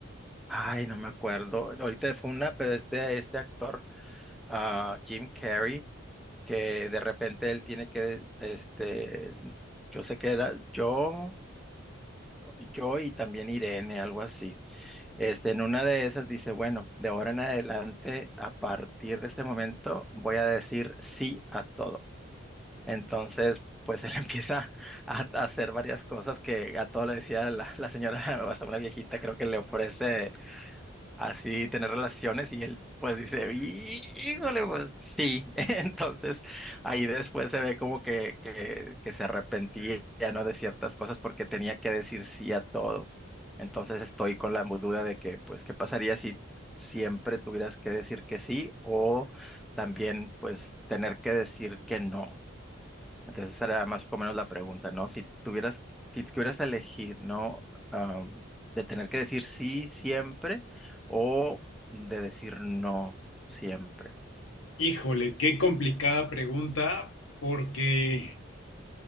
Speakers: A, in the centre; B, on the left.
A: ay, no me acuerdo, ahorita fue una, pero es de este actor, ah, Jim Carrey, que de repente él tiene que, este, yo sé que era yo, yo y también Irene, algo así. Este, en una de esas dice, bueno, de ahora en adelante, a partir de este momento, voy a decir sí a todo. Entonces, pues él <laughs> empieza a, a hacer varias cosas que a todo le decía la, la señora, <laughs> hasta una viejita, creo que le ofrece así tener relaciones y él pues dice, "Hí- híjole, pues sí. <laughs> Entonces ahí después se ve como que, que, que se arrepentía, ¿no? De ciertas cosas porque tenía que decir sí a todo. Entonces estoy con la duda de que, pues, ¿qué pasaría si siempre tuvieras que decir que sí o también, pues, tener que decir que no? Entonces esa era más o menos la pregunta, ¿no? Si tuvieras, si tuvieras que elegir, ¿no? Am, de tener que decir sí siempre o de decir no siempre.
B: Híjole, qué complicada pregunta, porque,